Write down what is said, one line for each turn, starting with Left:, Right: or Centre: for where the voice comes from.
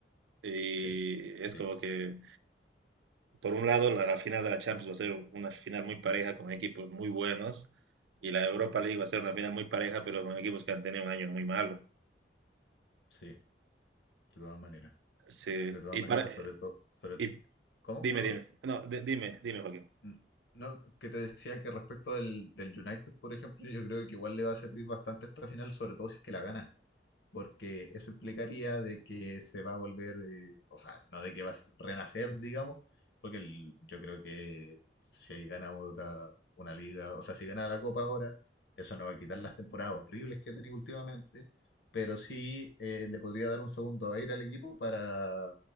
Right: Y
Left: Sí,
Right: es
Left: sí,
Right: como que, por un lado, la, la final de la Champions va a ser una final muy pareja con equipos muy buenos, y la Europa League va a ser una final muy pareja, pero con equipos que han tenido un año muy malo.
Left: sí, de todas maneras,
Right: Sí,
Left: de todas
Right: y
Left: maneras,
Right: para,
Left: sobre todo, sobre,
Right: y
Left: ¿cómo?
Right: dime,
Left: Perdón.
Right: dime, no, de- dime, dime, Joaquín.
Left: N- No, que te decía que respecto del, del United, por ejemplo, yo creo que igual le va a servir bastante esta final, sobre todo si es que la gana, porque eso implicaría de que se va a volver, eh, o sea, no de que va a renacer, digamos, porque el- yo creo que si gana ahora una liga, o sea, si gana la Copa ahora, eso no va a quitar las temporadas horribles que ha tenido últimamente, pero sí eh, le podría dar un segundo aire al equipo para,